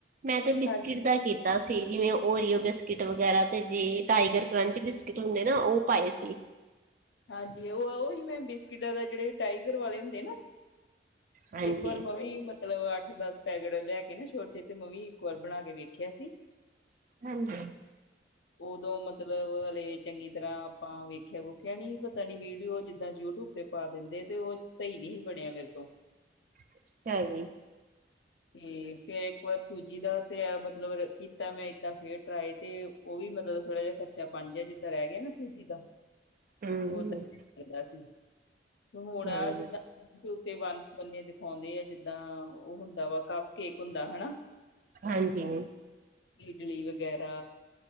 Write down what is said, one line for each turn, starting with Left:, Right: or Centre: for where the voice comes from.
Right: ਮੈਂ ਤੇ ਬਿਸਕਿਟ
Left: ਹਾਂਜੀ
Right: ਦਾ ਕੀਤਾ ਤਾਂ ਸੀ ਜਿਵੇਂ ਓਰੀਓ ਬਿਸਕਿਟ ਵਗੈਰਾ ਤੇ ਜੇ ਟਾਈਗਰ ਕਰੰਚ ਬਿਸਕਿਟ ਹੁੰਦੇ ਨਾ ਉਹ ਪਾਏ ਸੀ।
Left: ਹਾਂਜੀ ਉਹ ਉਹੀ ਮੈਂ ਬਿਸਕਿਟਾਂ ਦਾ ਜਿਹੜੇ ਟਾਈਗਰ ਵਾਲੇ ਹੁੰਦੇ ਨਾ
Right: ਹਾਂਜੀ
Left: ਇੱਕ ਵਾਰ ਮੈ ਵੀ ਮ ਮਤਲਬ ਅੱਠ ਦਸ ਪੈਕਟ ਲਿਆ ਕੇ ਨਾ ਛੋਟੇ ਤੇ ਮੈ ਵੀ ਇੱਕ ਵਾਰ ਬਣਾ ਕੇ ਵੇਖਿਆ ਸੀ।
Right: ਹਾਂਜੀ,
Left: ਉਦੋਂ ਮਤਲਬ ਹਲੇ ਚੰਗੀ ਤਰ੍ਹਾਂ ਆਪਾਂ ਵੇਖਿਆ ਕਹਿਣੀ ਪਤਾ ਨੀ ਵੀਡੀਓ ਜਿੱਦਾਂ ਯੂਟਿਊਬ ਤੇ ਪਾ ਦਿੰਦੇ ਤੇ ਉਹ ਸਹੀ ਨੀ ਸੀ ਬਣਿਆ ਮੇਰੇ ਤੋਂ
Right: <inaudible>
Left: ਤੇ ਫੇਰ ਇੱਕ ਵਾਰ ਸੂਜੀ ਦਾ ਤੇ ਮਤਲਬ ਕੀਤਾ ਮੈਂ ਏਦਾਂ ਫੇਰ ਟਰਾਈ ਤੇ ਉਹ ਵੀ ਮਤਲਬ ਥੋੜਾ ਜਿਹਾ ਕੱਚਾਪਣ ਜਿਹਾ ਜਿਦਾਂ ਰਹਿ ਗਿਆ ਨਾ ਸੂਜੀ ਦਾ
Right: ਹੂੰ
Left: ਦਾਂ ਲਗਦਾ ਸੀ, ਤੇ ਹੁਣ
Right: ਹੂੰ
Left: ਆ ਜਿੱਦਾਂ ਯੂਟਿਊਬ ਤੇ ਬੰਨ ਸਬੰਨੇ ਦਿਖਾਉਂਦੇ ਆ ਜਿੱਦਾਂ ਉਹ ਹੁੰਦਾ ਵਾ ਕੱਪ ਕੇਕ ਹੁੰਦਾ ਹਨਾ
Right: ਹਾਂਜੀ।
Left: ਇਡਲੀ ਵਗੈਰਾ